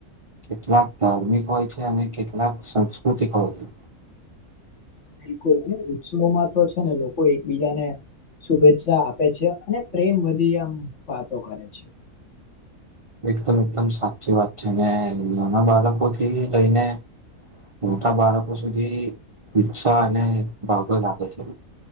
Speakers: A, on the right; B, on the left.
A: કેટલાક ધાર્મિક હોય છે અને કેટલાક સંસ્કૃતિક હોય છે
B: બિલકુલ અને ઉત્સવમાં તો છે ને લોકો એકબીજાને શુભેચ્છા આપે છે અને પ્રેમ વધી આમ વાતો કરે છે
A: એકદમ એકદમ સાચી વાત છે નાના બાળકો થી લઈને મોટા બાળકો સુધી ઉિકસા અને ભાગો લાગે છે